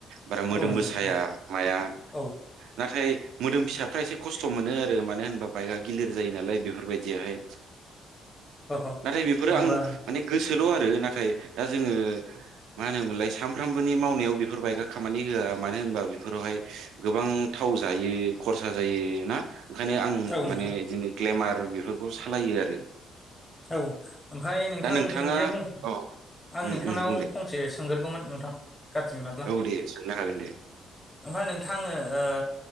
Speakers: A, on the right; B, on the left.
A: बारा मोदोमबो
B: औ नोंथां
A: साया
B: औ
A: माया
B: औ
A: नाथाय- मोदोम फिसाफ्रा एसे खस्थ' मोनो आरो मानो होनबा बाइकआ गिलिर जायो नालाय बेफोरबायदियाहाय।
B: अ
A: नाथाय बेफोरो
B: होमबा
A: आं माने गोसोल' आरो ना थाय दा जोङो मा होनोमोनलाय सानफ्रामबोनि मावनायाव बेफोर बाइकआ खामानि होआ मानो होनबा बेफोरावहाय गोबां थाव जायो खरसा जायो ना ओंखायनो आं
B: औ नोंथां
A: माने इदिनो ग्लेमार बेफोरखौ सालायो आरो।
B: औ ओमफाय नोंथां
A: दा नोंथाङा
B: नों जे बुं
A: अ
B: आं
A: उम
B: नोंथांनाव
A: उम बुं दे
B: फंसे सोंगोरगौमोन नोंथां गार्जिमोनाब्ला
A: औ दे सोंनो हागोन दे
B: ओमफाय नोंथां ओ